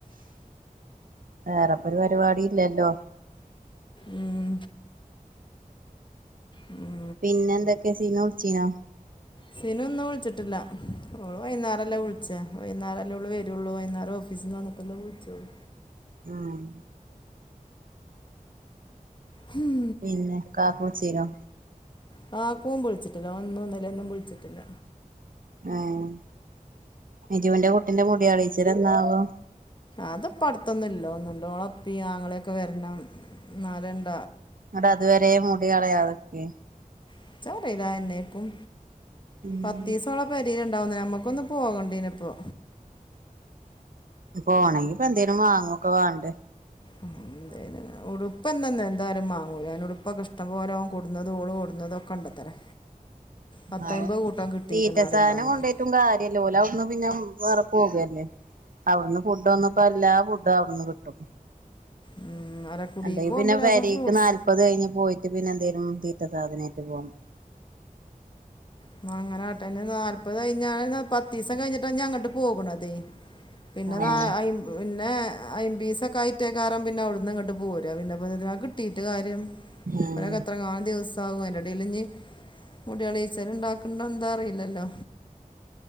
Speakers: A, on the right; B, on the left.
A: വേറെ ഇപ്പ ഒരു പരുപാടി ഇല്ലല്ലോ
B: ഉം ഉം
A: പിന്നെന്തൊക്കെയ സിനു വിളിച്ചിനോ
B: സിനു ഇന്നു വിളിച്ചിട്ടില്ല ഓള് വൈന്നേരല്ലേ വിളിചേ വൈന്നാരല്ലേ ഓള് വരുള്ളൂ വൈന്നേരം ഓഫീസിന്ന് വന്നിട്ടല്ലേ വിളിച്ചോളു
A: ആഹ്
B: ഹും
A: പിന്നെ കാപ്പി കുടിച്ചിനോ
B: കാക്കും വിളിച്ചിട്ടില്ല ഓൻ ഇന്നും ഇന്നലെ ഒന്നും വിളിച്ചിട്ടില്ല
A: ആഹ് നുജുവിന്റെ കുട്ടിന്റെ മുടി കളയിച്ചൽ എന്നാവോ
B: അതിപ്പോ അടുത്തൊന്നും ഇല്ല <unintelligible> ആങ്ങളെയൊക്കെ വരണം എന്നലെ
A: അത് അതുവരെ മുടികളയാതൊ വെക്കെ
B: എനിച്ചറീല എന്നെപ്പും
A: ഉം
B: പത്തീസോളം അവളെ പെരയി ണ്ടാവുന്ന നമ്മക്കൊന്ന് പോകണ്ടനി ഇപ്പോ
A: പോണെങ്കി ഇപ്പൊ എന്തേനും വാങ്ങൊക്കെ വേണ്ടെ
B: എന്തോലും ഇങ്ങനെ ഉടുപ്പ് ഒന്നും എന്ത് എന്തായാലും മാങ്ങൂല ഞാൻ ഉടു ഉടുപ്പൊക്കെ ഇഷ്‌ടം പോലോ ഓൻ കൊണ്ട് വന്നതും ഓള് കൊണ്ടുവന്നതും ഒക്കെ ഉണ്ടത്രേ പത്തയ്മ്പത്
A: ആഹ്
B: കൂട്ടം കിട്ടീക്കണ്
A: തീറ്റ
B: പറയ്ണ്ട്
A: സാധനം
B: അമ്മായി
A: കൊണ്ടോയിട്ടും കാര്യല്ല ഓല് അവിടുന്ന് പിന്നെ വേറെ പോവയല്ലേ അവിടുന്ന് ഫുഡ് വന്നപ്പോ എല്ലാ ഫുഡും അവിടുന്ന് കിട്ടും
B: ഉം ഓരെ കുടീക്ക്
A: അല്ലെങ്കിൽ
B: പോകുമ്പോ
A: പിന്നെ
B: ലേസം
A: പൊരയിൽക്ക്നാല്പത്
B: ഫ്രൂട്ട്സ്
A: കഴിഞ്ഞ് പോയിട്ട് പിന്നെ എന്തേലും തീറ്റ സാധനം ആയിട്ട് പോണം
B: എന്നാ അങ്ങനാകട്ടെ നാല്പത് കഴിഞ്ഞാൽ പത്ത് ദിവസം കഴിഞ്ഞിട്ട് ഇന്നി അങ്ങോട്ട് പോകണതെ പിന്നെ നാ
A: ആഹ്
B: പിന്നെ അൻപീസം ഒക്കെ ആയിട്ടേ കാറാൻ പിന്നെ അവിടുന്ന് ഇങ്ങോട്ട് പോരാ പിന്നെ <unintelligible> <unintelligible> കിട്ടീട്ട് കാര്യം
A: ആഹ്
B: ഒരാക്ക് എത്ര കണ ദിവസം ആകും അതിൻ്റെ ഇടയിൽ ഇനി മുടികള <unintelligible> ഉണ്ടാക്കണ്ടോ എന്താ അറിയില്ലല്ലോ